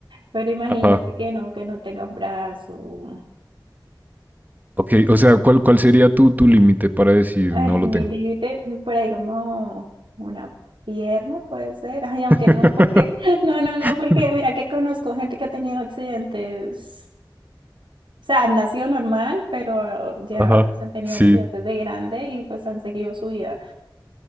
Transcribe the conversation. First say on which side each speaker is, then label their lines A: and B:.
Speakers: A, on the right; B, on the right.
A: Pero imagínate
B: Ajá.
A: que no, que no tenga un brazo.
B: Ok,
A: Y,
B: o sea, ¿cuál, cuál sería tu, tu límite para decir
A: ay,
B: no lo
A: mi
B: tengo?
A: límite, por ahí como una pierna puede ser. Ay, aunque
B: <laughs>
A: no, porque, <laughs> no, no, no, porque mira que conozco gente que ha tenido accidentes. O sea, nació normal, pero ya
B: Ajá,
A: pues, han tenido
B: sí.
A: accidentes de grande y pues han seguido su vida.